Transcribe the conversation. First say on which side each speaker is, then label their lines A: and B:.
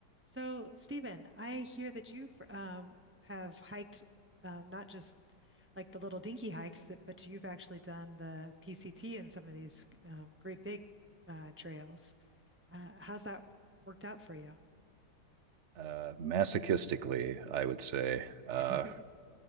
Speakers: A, on the right; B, on the right.
A: So, Stephen, I hear that you've um, have hiked um, not just like the little dinky hikes, that, but you've actually done the PCT and some of these um, great big uh, trails. Uh, how's that worked out for you?
B: uh, masochistically, I would say. Uh,
A: <laughs>